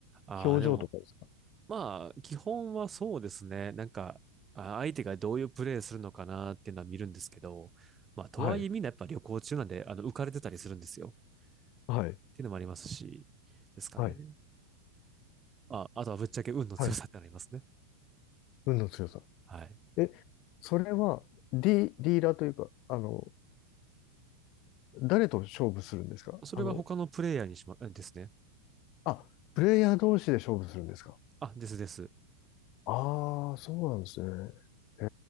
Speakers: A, on the right (about 20°); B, on the left (about 40°).
A: ああ、
B: 表情とかですか
A: でも、まあ、基本はそうですね。なんか、あ相手がどういうプレーするのかなっていうのは見るんですけど、まあ、とはいえみんなやっぱ旅行中なんで、
B: はい。
A: あの、浮かれてたりするんですよ。
B: はい。
A: っていうのもありますし、ですかね。
B: はい。
A: あ、あとはぶっちゃけ運の強さってありますね。
B: はい。運の強さ。
A: はい。
B: え、それは、リ、リーダーというか、あの、誰と勝負するんですかあの、
A: それは他のプレイヤーにしま、えですね。
B: あ、プレイヤー同士で勝負するんですか
A: あ、ですです。で
B: ああー、そうなんですね。へ